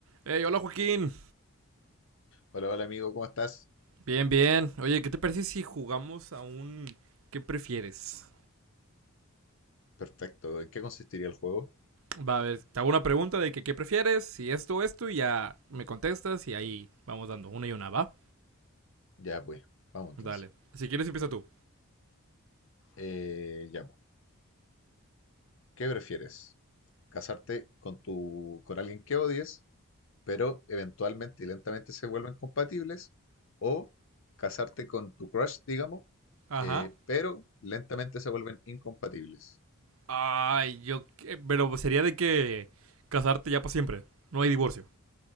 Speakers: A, on the right (about 65°); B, on the left (about 60°).
A: Hey, hola Joaquín.
B: Hola, hola amigo, ¿cómo estás?
A: Bien, bien. Oye, ¿qué te parece si jugamos a un ¿qué prefieres?
B: Perfecto. ¿En qué consistiría el juego?
A: Va a ver, te hago una pregunta de que ¿qué prefieres? Si esto, esto, y ya me contestas y ahí vamos dando una y una, ¿va?
B: Ya pues, vamos entonces.
A: Dale. Si quieres, empieza tú.
B: Eh, ya pues. ¿Qué prefieres? ¿Casarte con tu, con alguien que odies, pero eventualmente y lentamente se vuelven compatibles? ¿O casarte con tu crush, digamos,
A: Ajá.
B: eh, pero lentamente se vuelven incompatibles?
A: Ay, yo. qué- Pero sería de que casarte ya para siempre. No hay divorcio.